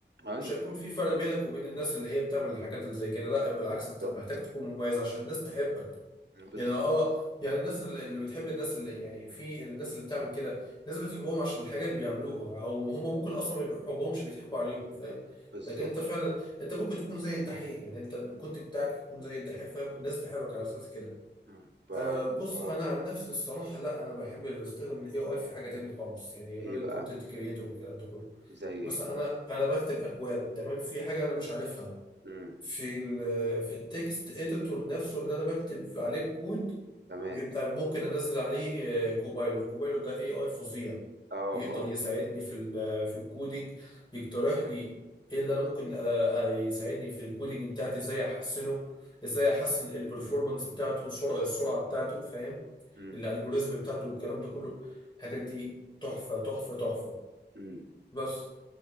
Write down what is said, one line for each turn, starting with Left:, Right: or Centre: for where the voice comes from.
Right: ايوه
Left: مش هيكون في فرق بينك وبين الناس اللي هي بتعمل الحاجات اللي زي كده لا بالعكس انت
Right: بالظبط
Left: محتاج تكون مميز عشان الناس تحبك
Right: بالظبط
Left: يعني اه يعني الناس اللي اللي بتحب الناس اللي يعني في الناس اللي بتعمل كده الناس بتحبهم عشان الحاجه اللي بيعملوها او هم ممكن اصلا ما بيحبوهمش بيضحكوا عليهم فاهم
Right: بالظبط
Left: لكن انت فعلا انت ممكن تكون زي الدحيح يعني انت الكونت بتاعك يكون زي الدحيح فاهم الناس تحبك على اساس كده
Right: مم. ف
Left: أه بص
Right: اه
Left: انا عن نفسي الصراحه لا انا بحب استخدم الاي اي في حاجه تاني خالص يعني
Right: ايه
Left: غير الكونتنت
Right: بقى
Left: كريتور والكلام ده كله
Right: زي ايه
Left: مثلا انا انا بكتب اكواد تمام في حاجه انا مش عارفها
Right: امم
Left: في ال في التكست اديتور نفسه اللي انا بكتب عليه الكود
Right: تمام
Left: بيبقى ممكن انزل عليه آه، كوبايلوت كوبايلوت ده اي اي فظيع
Right: اه
Left: يقدر
Right: اه
Left: يساعدني في ال- آه، في الكودينج يقترح لي ايه اللي انا ممكن آه، آه، يساعدني في الكودينج بتاعتي ازاي احسنه ازاي احسن البرفورمانس بتاعته السرعه السرعه بتاعته فاهم
Right: امم
Left: الالجوريزم بتاعته والكلام ده كله الحاجات دي تحفه تحفه تحفه
Right: امم
Left: بس